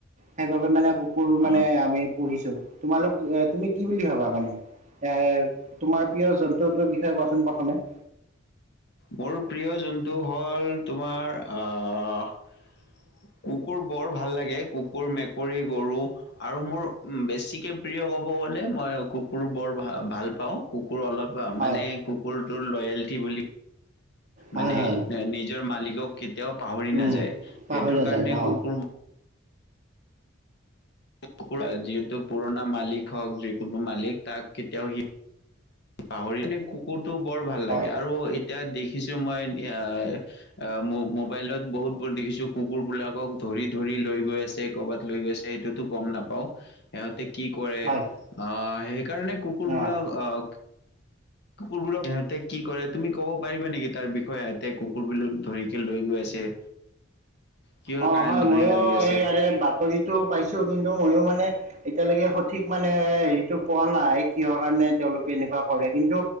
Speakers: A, on the right; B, on the left.
A: সেইবাবে মানে কু কুৰ
B: অ
A: মানে আমি পুহিছো, তোমালোক এ, তুমি কি বুলি ভাবা মানে? এঁ, তোমাৰ প্ৰিয় জন্তুটোৰ বিষয়ে কোৱাচোন প্ৰথমে।
B: মোৰ প্ৰিয় জন্তু হ'ল তোমাৰ, আহ কুকুৰ বৰ ভাল লাগে। কুকুৰ, মেকুৰী, গৰু আৰু মোৰ বেছিকে প্ৰিয় ক'ব গ'লে মই কুকুৰ বৰ ভা ভাল পাওঁ, কুকুৰ অলপ
A: হয়
B: মানে, কুকুৰটোৰ লয়েলটি বুলি
A: হয়
B: মানে,
A: হয়
B: নিজৰ মালিকক কেতিয়াও পাহৰি
A: উম
B: নাযায়।
A: পাহৰি
B: সেইটোৰ
A: নাযায়
B: কাৰণে
A: অ
B: কুকুৰ কুকুৰ যিহেতু পুৰণা মালিক হওঁক, যিকোনো মালিক তাক কেতিয়াও সি পাহৰি মানে, কুকুৰটো বৰ ভাল
A: হয়
B: লাগে আৰু এতিয়া দেখিছো মই এয়া আহ মো, মোবাইলত বহুত বোৰ দেখিছোঁ, কুকুৰ বিলাকক ধৰি ধৰি লৈ গৈ আছে। কবাত লৈ গৈছে, সেইটোতো গ'ম নাপাওঁ। সিহঁতে কি কৰে
A: হয়
B: অঁ, সেইকাৰণে কুকুৰ বোৰক
A: অ
B: অঁ কুকুৰ বোৰক সিহঁতে কি কৰে, তুমি ক'ব পাৰিবা নেকি? তাৰ বিষয়ে সিহঁতে কুকুৰবোৰক ধৰিকে লৈ গৈ আছে? কিহৰ
A: অঁ
B: কাৰণে
A: হয়,
B: ধৰি
A: ময়ো
B: লৈ গৈ আছে
A: এইয়াৰে বাতৰিটো পাইছোঁ কিন্তু ময়ো মানে এতিয়ালেকে সঠিক মানে হেৰিটো পোৱা নাই কিহৰ কাৰণে তেওঁলোকে এনেকুৱা কৰে কিন্তু